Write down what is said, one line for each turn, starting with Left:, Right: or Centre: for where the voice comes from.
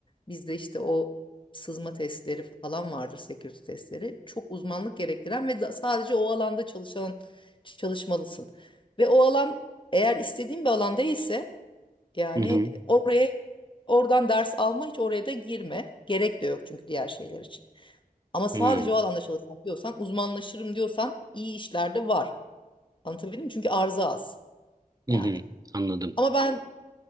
Left: bizde işte o sızma testleri falan vardır security testleri çok uzmanlık gerektiren ve da- sadece o alanda çalışan çalışmalısın ve o alan eğer istediğin bir alan değilse yani
Right: Hı hı.
Left: oraya oradan ders alma hiç oraya da girme gerek de yok çünkü diğer şeyler için. Ama sadece
Right: Hmm.
Left: o alanda çalışmak diyorsan, uzmanlaşırım diyorsan iyi işlerde var. Anlatabildim mi? Çünkü arzı az
Right: Hı
Left: yani.
Right: hı. Anladım.
Left: Ama ben